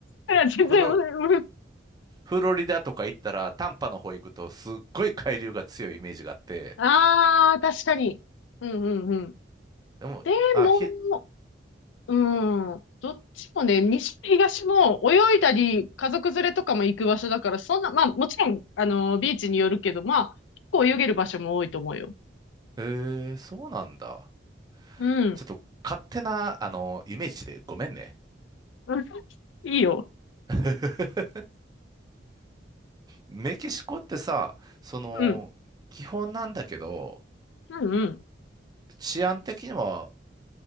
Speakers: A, on the left; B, on the right.
A: <laughs> いや全然、
B: フロ、
A: うん、
B: フロリダとか行ったら、タンパの方行くとすっごい海流が強いイメージがあって、
A: ああー、確かに。うん、うん、うん。
B: でも、
A: でも、
B: あ、ひ、
A: うん。どっちもね、西も東も泳いだり、家族連れとかも行く場所だから、そんな、まあ、もちろん、あの、ビーチによるけど、まあ、結構泳げる場所も多いと思うよ。
B: へえ、そうなんだ。
A: うん。
B: ちょっと勝手な、あの、イメージでごめんね。
A: うんいいよ。
B: <laughs> メキシコってさ、その、
A: うん。
B: 基本なんだけど、
A: うんうん。
B: 治安的には